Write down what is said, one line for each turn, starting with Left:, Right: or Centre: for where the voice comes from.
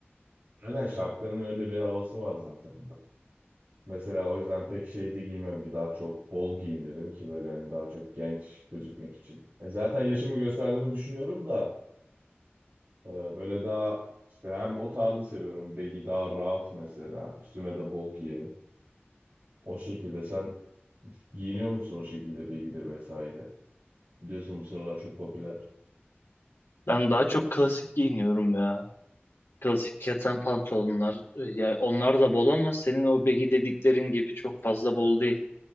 Right: Aynen şapkanın öyle bir havası var zaten. Mesela o yüzden pek şey de giymem ki daha çok bol giyinirim ki böyle hani daha çok genç gözükmek için. E zaten yaşımı gösterdiğimi düşünüyorum da e, böyle daha işte hem o tarzı seviyorum. Baggy daha rahat mesela. Üstüme de bol giyerim. O şekilde sen giyiniyor musun o şekilde baggy'dir vesaire. Biliyorsun bu sıralar çok popüler.
Left: Ben daha çok klasik giyiniyorum ya. Klasik keten pantolonlar. e, Yani onlar da bol ama senin o begi dediklerin gibi çok fazla bol değil.